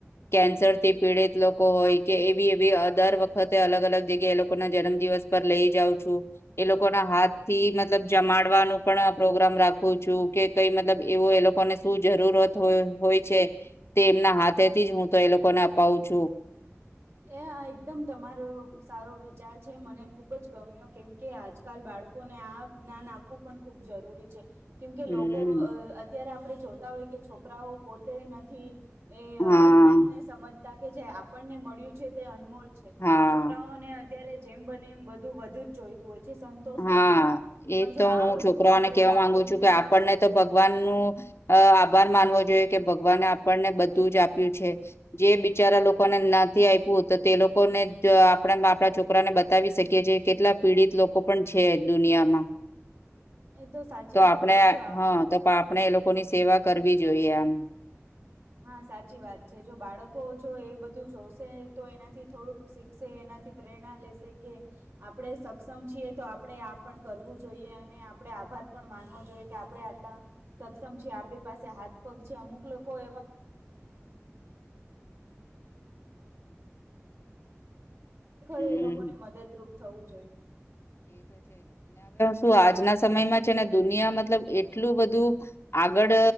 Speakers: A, on the left (about 55°); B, on the right (about 60°).
A: કેન્સરથી પીડિત લોકો હોય, કે એવી એવી દર વખતે અલગ અલગ જગ્યાએ, એ લોકોના જન્મ દિવસ પર લઈ જાઉં છું. એ લોકોના હાથથી મતલબ જમાડવાનું પણ પ્રોગ્રામ રાખું છું, કે કઈ મતલબ એવું એ લોકોને શું જરૂરત હોય હોય છે, તે એમના હાથેથી જ હું તો એ લોકોને અપાવું છું.
B: એ આ એકદમ તમારો સારો વિચાર છે. મને ખુબ જ ગમ્યો, કેમકે આજકાલ બાળકોને આ જ્ઞાન આપવું પણ ખૂબ જરૂરી છે. કેમ કે
A: હમ
B: લોકો અ અત્યારે આપ આપણે જોતા હોય કે છોકરાઓ પોતે નથી એ અહેમિયતને
A: હા
B: સમજ જતા કે જે આપણને મળ્યું છે તે અનમોલ છે,
A: હા
B: છોકરાઓને અ અત્યારે જેમ બને એમ બધું વધુ જ જોઈતું હોય છે સંતોષ
A: હા
B: નથી હોતો પણ
A: એ તો
B: જો આ
A: હું
B: વસ્તુ
A: છોકરાઓને
B: આપણે
A: કેવા
B: બાળકોને
A: માંગુ છું કે આપણને તો ભગવાનનું અ આભાર માનવો જોઈએ કે ભગવાને આપણને બધ ધું જ આપ્યું છે. જે બિચારા લોકોને નથી આયપુ, તે લોકોને આપણે, આપણા છોકરાને બતાવી સકીએ કેટલા પીડિત લોકો પણ છે. દુનિયામાં,
B: એ સાચી
A: તો
B: વાત
A: આપણે
B: છે જો આ
A: હા તો આપણે એ લોકોની સેવા કરવી. જોઈએ એમ
B: હા સાચી વાત છે જો બાળકો જો એ બધું જોશે તો એનાથી થોડુંક શીખશે એનાથી પ્રેરણા લેશે કે, આપણે સક્ષમ છીએ તો આપણે આ પણ કરવું જોઈએ અને આપણે આભાર પણ માનવો જોઈએ કે આપણે આટલા, સક્ષમ છીએ આપણી પાસે હાથ પગ છે અમુક લોકો <unintelligible> ખરેખર
A: હમ
B: એ લોકોને મદદરૂપ થવું જોઈએ.
A: તુ આજ ગણા સમયમાં છેને દુનિયા મતલબ એટલું બધું આગળ